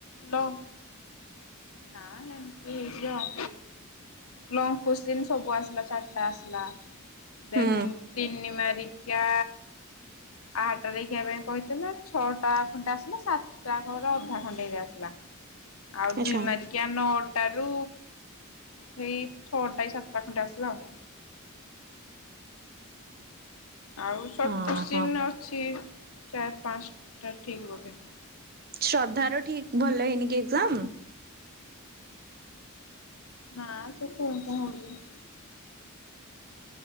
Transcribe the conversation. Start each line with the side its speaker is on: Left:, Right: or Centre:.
Left: ଲ ନା ନା ଏମିତି ହେଇଚି ଆଉ। ଲଙ୍ଗ କୋଶ୍ଚିନ୍ ସବୁ ଆସିଲା ଚାରିଟା ଆସିଲା ଦେନ୍
Right: ହୁଁ
Left: ତିନି ମାରିକିଆ <unintelligible> ଛଅଟା ଖଣ୍ଡେ ଆସିଲା ସାତଟା କର ଅଧା ଖଣ୍ଡେ ଆସିଲା, ଆଉ
Right: ଆଚ୍ଛା
Left: ଦୁଇ ମାରି କିଆ, ନଅଟାରୁ ସେଇ ଛଅଟା କି ସାତଟା ଖଣ୍ଡେ ଆସିଲା ଆଉ ଆଉ ସଟ
Right: ଓହୋ
Left: କୋଶ୍ଚିନ ଅଛି, ଚାର ପାଞ୍ଚଟା ଠିକ୍ ବୋଧେ।
Right: ଶ୍ରଦ୍ଧାର ଠିକ ଭଲ ହେଇନି କି ଏକ୍ଜାମ?
Left: ନା ସେ <unintelligible>